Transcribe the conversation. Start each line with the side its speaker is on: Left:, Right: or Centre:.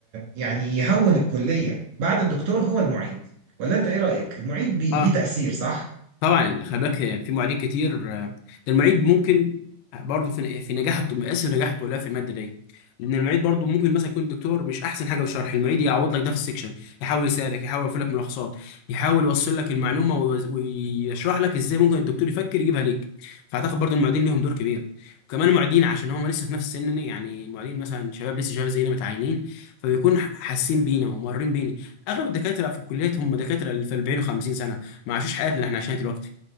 Right: يعني يهون الكلية بعد الدكتور هو المعيد ولا انت ايه رأيك المعيد بي
Left: اه
Right: ليه تأثير صح
Left: طبعا يعني خلي بالك في معيدين كتير آه، ده المعيد ممكن برضه في في نجاح الط- مقاس نجاح الطلاب في الماده دي لان المعيد برضه ممكن مثلا يكون الدكتور مش احسن حاجه في الشرح المعيد يعوض لك ده في السكشن يحاول يساعدك يحاول يوفر لك ملخصات يحاول يوصل لك المعلومه ويوز- ويشرح لك ازاي ممكن الدكتور يفكر يجيبها ليك فاعتقد برضه المعيدين ليهم دور كبير وكمان المعيدين عشان هم لسه في نفس سننا يعني المعيدين مثلا شباب لسه شباب زينا متعينين فبيكون حاسين بينا ومارين بينا اغلب الدكاتره في الكليات هم دكاتره في 40 و50 سنه ما عاشوش حياتنا اللي احنا عايشينها دلوقتي